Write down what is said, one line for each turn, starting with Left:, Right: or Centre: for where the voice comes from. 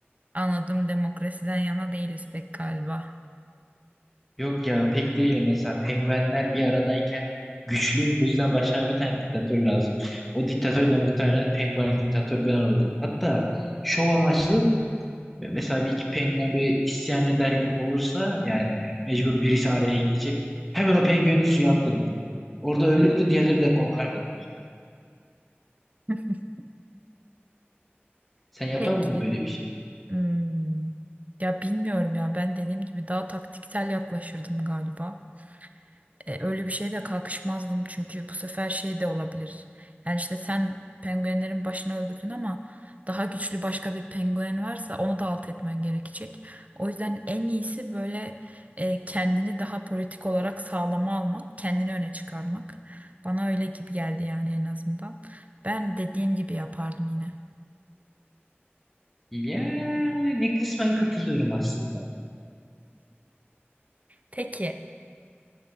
Right: Anladım demokrasiden yana değiliz pek galiba.
Centre: Yok ya pek değil mesela penguenler bir aradayken güçlü bu yüzden başına bir tane diktatör lazım. O diktatör de muhtemelen penguen diktatör ben oldum. Hatta şov amaçlı e, mesela bir iki penguen böyle isyan eder gibi olursa yani mecbur birisi araya gidecek. Hemen o penguenin suya attırırdım. Orada ölürdü diğerleri de korkardı.
Right: <laughs>
Centre: Sen yapar
Right: Peki.
Centre: mıydın böyle bir şey?
Right: Hmm. Ya bilmiyorum ya ben dediğim gibi daha taktiksel yaklaşırdım galiba. E, öyle bir şeye de kalkışmazdım çünkü bu sefer şey de olabilir. Yani işte sen penguenlerin başını öldürdün ama daha güçlü başka bir penguen varsa onu da alt etmen gerekecek. O yüzden en iyisi böyle e, kendini daha politik olarak sağlama almak, kendini öne çıkarmak. Bana öyle gibi geldi yani en azından. Ben dediğim gibi yapardım yine.
Centre: Yani kısmen katılıyorum aslında.
Right: Peki,